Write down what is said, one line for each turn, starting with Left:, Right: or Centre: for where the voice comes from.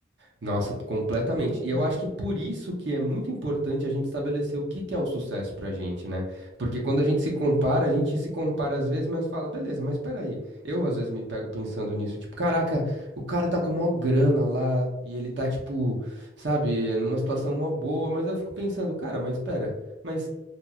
Right: Nossa, completamente.
Left: é muito...
Right: E eu acho que por isso que é muito importante a gente estabelecer o que que é o sucesso pra gente, né? Porque quando a gente se compara,
Left: Uhum.
Right: a gente se compara às vezes, mas fala, beleza, mas peraí. Eu às vezes me pego pensando nisso, tipo, caraca, o cara tá com mó grana lá e ele tá, tipo, sabe, é, numa situação mó boa, mas eu fico pensando, cara, mas pera, mas